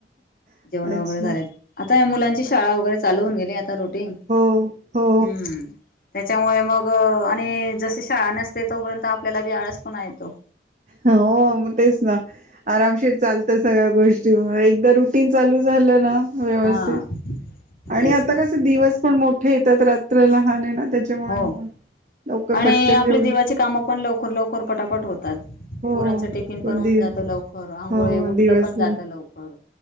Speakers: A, on the right; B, on the left.
A: अच्छा
B: जेवण वगैरे झाले. आता या मुलांची शाळा वगैरे चालू होऊन गेल्यात. रूटीन.
A: हो हो
B: हूं! त्याच्यामुळे मग आणि जशी शाळा नसते तोपर्यंत आपल्याला बी आळसपणा येतो.
A: हो, मग तेच ना, आरामशीर चालतं सगळ्या गोष् एकदा रुटीन चालू झालं ना, व्यवस्थित
B: हा
A: आणि
B: तेच
A: आता
B: ना
A: कसे दिवस पण मोठे येतात, रात्र लहान आहे ना त्याच्यामुळे
B: हो
A: लवकर
B: आणि
A: पटकन
B: आपले
A: जेवले
B: देवाचे कामं पण लवकर लवकर पटापट होतात.
A: हो
B: पोरांचं टिफिन पण होऊन
A: दिव
B: जातं लवकर, आंघोळी,
A: हो
B: उठलं
A: दिवसभर
B: पण जातं लवकर.